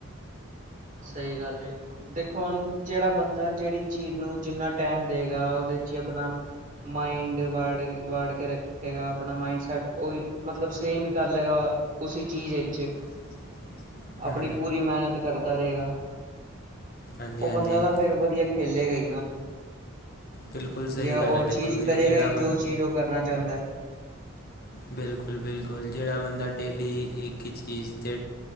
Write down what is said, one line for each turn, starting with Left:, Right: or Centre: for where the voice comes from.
Right: ਸਹੀ ਗੱਲ ਏ। ਦੇਖੋ ਹੁਣ, ਜਿਹੜਾ ਬੰਦਾ, ਜਿਹੜੀ ਚੀਜ਼ ਨੂੰ ਜਿੰਨਾ ਟੈਮ ਦੇਏਗਾ ਉਹਦੇ ਚ ਈ ਅਪਣਾ। ਮਾਈਂਡ ਵੜ, ਵਾੜ ਕੇ ਰਕ। ਖੇਗਾ ਆਪਣਾ ਮਾਇੰਡ ਸੈਟ ਓਹੀ, ਮਤਲਬ ਸੇਮ ਈ ਕਰ ਲਏਗਾ ਉਸਸੀ ਚੀਜ਼ ਵਿੱਚ।
Left: <unintelligible>
Right: ਆਪਣੀ
Left: ਹੂੰ
Right: ਪੂਰੀ ਮਿਹਨਤ ਕਰਦਾ ਰਏਗਾ,
Left: ਹਾਂਜੀ
Right: ਉਹ
Left: ਹਾਂਜੀ
Right: ਬੰਦਾ ਤਾਂ ਫੇਰ ਵਧੀਆ। ਖੇਲੇ ਗਾ ਈ ਨਾ।
Left: ਬਿਲਕੁਲ ਸਹੀ
Right: ਜਾਂ
Left: ਗੱਲ
Right: ਉਹ
Left: ਹੈ ਦੇਖੋ
Right: ਚੀਜ਼
Left: ਵੀਰੇ
Right: ਕਰੇਗਾ
Left: ਜਿਹੜਾ
Right: ਹੀ,
Left: ਬੰ
Right: ਜੋ ਚੀਜ਼ ਉਹ ਕਰਨਾ ਚਾਹੰਦਾ ਐ।
Left: ਬਿਲਕੁਲ-ਬਿਲਕੁਲ, ਜਿਹੜਾ ਬੰਦਾ ਡੇਲੀ ਇੱਕ ਹੀ ਚੀਜ਼ ਤੇ।